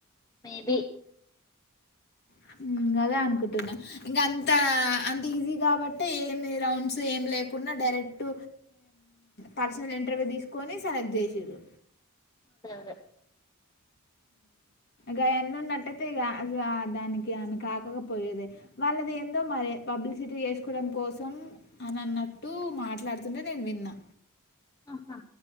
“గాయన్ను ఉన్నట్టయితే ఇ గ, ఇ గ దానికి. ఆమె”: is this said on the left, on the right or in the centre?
Left